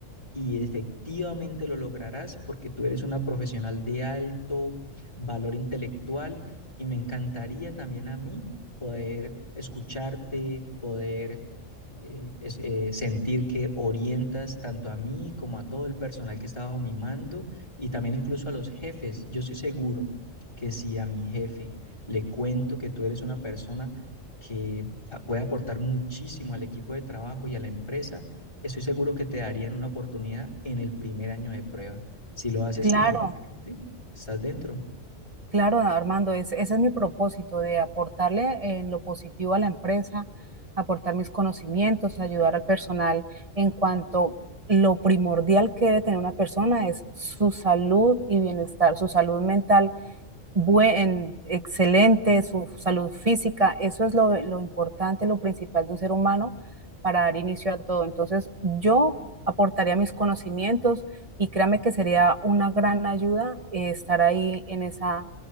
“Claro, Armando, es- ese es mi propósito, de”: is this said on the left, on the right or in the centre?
Right